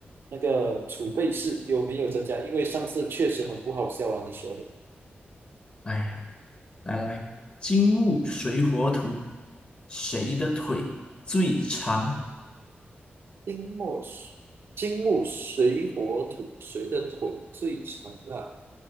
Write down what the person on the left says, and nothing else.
哎呀，来来来，金木水火土，谁的腿最长？